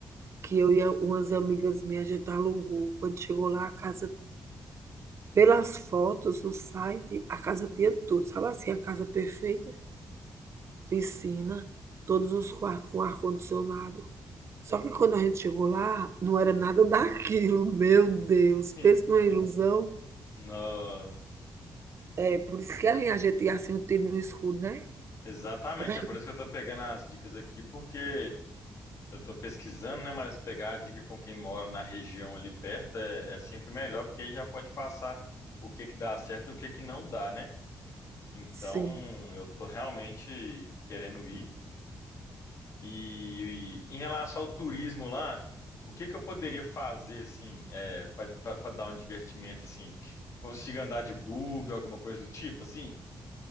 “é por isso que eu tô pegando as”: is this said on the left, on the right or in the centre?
Left